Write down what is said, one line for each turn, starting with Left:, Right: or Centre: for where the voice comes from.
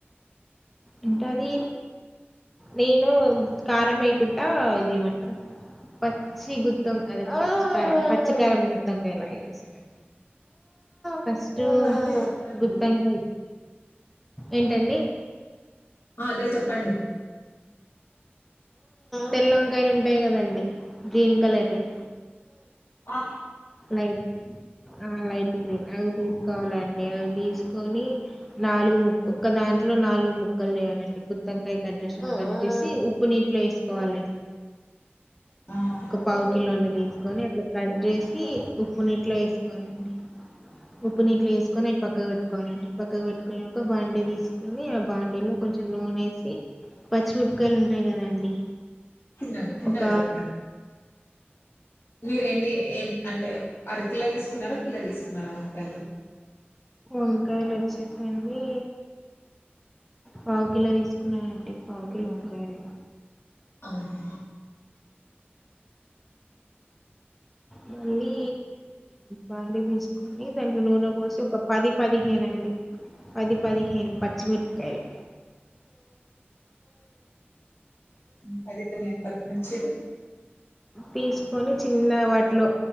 Centre: అంటే అది నేను కారం అయికుట్టా ఇదిమంటారు పచ్చి గుత్తం అదే పచ్చికారం పచ్చి కారం గుత్తంకా ఇలాసారం ఫస్ట్
Left: అంటే ఎట్లా అండి
Centre: గుత్ బెంగాల్ ఏంటండి
Left: అదే చెప్పండి
Centre: తెల్లంకాయలు ఉంటాయి కదండి గ్రీన్ కలర్వి
Left: ఆ
Centre: లైట్ ఆ ైట్కిీ అవి తీసుకోవాలండి అవి తీసుకొని నాలుగు ము ఒక్క దాంట్లో నాలుగు ముక్కలు వేయాలండి గుత్తంకాయ కజెషన్ కట్టేసి ఉప్పు నీట్లో వేసుకోవాలండి
Left: ఆ ఆ.
Centre: ఒక పావు కిలో అన్నదిీ తీసుకొని అట్లా కంట్రే ఉప్పు నీట్లో వేసుకోవాలండి ఉప్పు నీట్లో వేసుకొని అవి పక్కకు పెట్టుకోవాలండి పక్క పెట్టుకునిక బాండీ తీసుకని ఆ బాండీలో కొంచెం లోూన వేసి పచ్చిమిపకాయలు ఉంటాయి కదండి
Left: తిన్నగా-తిన్నగా
Centre: ఒక
Left: చెప్పండి మీరు ఎన్ని ఏ అంటే అరకిలో తీసుకున్నారా కిలో తీసుకున్నారా వంకాయలు
Centre: వంకాయలు వచ్చేసండి పావు కిలో తీసుకున్నానండి పావుకిలో వంకాయలు
Left: అవునా
Centre: మళ్ళీ బాండి తీసుకొని దాంట్లో నూనె పోసి ఒక పది పదిహేనండి పది పదిహేను పచ్చిమిరపకాయలు
Left: పది పదిహేను పచిమిర్చిలు
Centre: తీసుకొని చిన్న వాటిలో